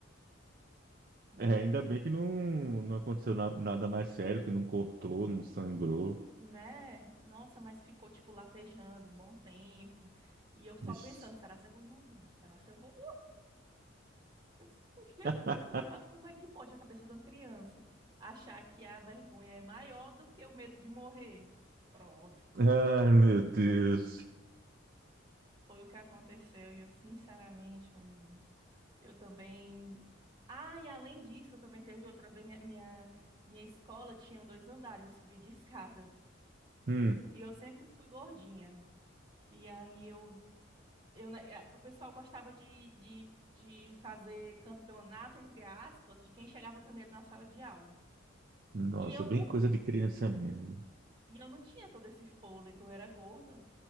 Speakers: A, on the right; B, on the right.
A: Meu
B: É, ainda
A: Deus.
B: bem que não, não aconteceu na- nada mais sério, que não cortou, não sangrou.
A: Né? Nossa, mas ficou, tipo, latejando um bom tempo, e eu só
B: Vixe.
A: pensando, será se eu vou morrer? Será se eu vou morrer? <laughs> Jesus
B: <laughs>
A: amado, como é que pode a cabeça de uma criança achar que a vergonha é maior do que o medo de morrer? Pronto.
B: Ai, meu Deus.
A: Foi o que aconteceu. E eu, sinceramente, amigo, eu também. Ah, e além disso, também teve outra vez. Minha, minha, minha escola tinha dois andares e subia de escada.
B: Hum.
A: E eu sempre fui gordinha. E aí eu, eu, na- eh, o pessoal gostava de, de, de fazer campeonato, entre aspas, de quem chegava primeiro na sala de aula.
B: Nossa,
A: E eu não,
B: bem coisa de criança mesmo.
A: e eu não tinha todo esse fôlego, eu era gorda.